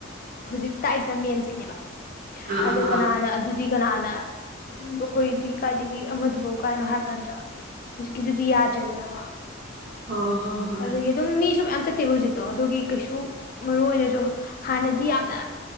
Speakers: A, on the left; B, on the right.
A: ꯍꯧꯖꯤꯛ ꯇꯥꯛꯏꯁꯤꯅ ꯃꯦꯟꯁꯀꯤꯅꯦꯕ
B: ꯎꯝ
A: ꯑꯗꯨ
B: ꯎꯝ
A: ꯀꯅꯥꯅ
B: ꯑꯥ
A: ꯑꯗꯨꯗꯤ ꯀꯅꯥꯅ ꯑꯩꯈꯣꯏꯗꯤ ꯀꯥꯏꯗꯒꯤ ꯑꯃꯗꯨꯕꯥꯎ ꯀꯥꯏꯅꯣ ꯍꯥꯏꯔ ꯀꯥꯟꯗ ꯍꯧꯖꯤꯛꯀꯤꯗꯨꯗꯤ ꯌꯥꯗ꯭ꯔꯦꯗꯅꯀꯣ
B: ꯍꯣꯏ ꯍꯣꯏ ꯍꯣꯏ
A: ꯑꯗꯒꯤ ꯑꯗꯨꯝ ꯃꯤꯁꯨ ꯃꯌꯥꯝ ꯆꯠꯇꯦꯕ ꯍꯧꯖꯤꯛꯇꯣ ꯑꯗꯨꯒꯤ ꯀꯩꯁꯨ ꯃꯔꯨ ꯑꯣꯏꯅꯁꯨ ꯍꯥꯟꯅꯗꯤ ꯌꯥꯝꯅ